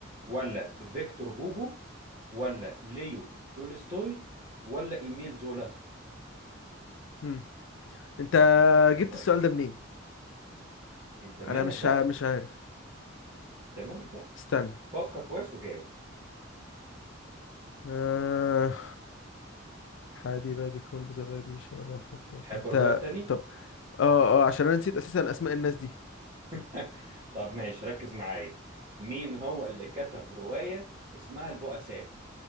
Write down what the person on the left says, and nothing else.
مم. انت
جبت
السؤال ده منين
انا مش
ع- مش عارف
استنى
آه حادي بادي كرنب زبادي شرح
انت
طب اه اه عشان انا نسيت اساسا اسماء الناس دي